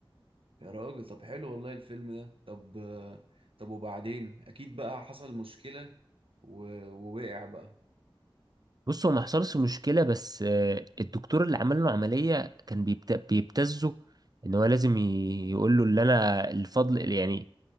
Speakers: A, on the right; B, on the right.
A: يا راجل طب حلو والله الفيلم ده طب آه، طب وبعدين اكيد بقى حصل مشكلة و... ووقع بقى
B: بص هو ما حصلش مشكلة بس آه، الدكتور اللي عمل له عملية كان بيبت- بيبتزه ان هو لازم ي- يقول له اللي انا الفضل اللي يعني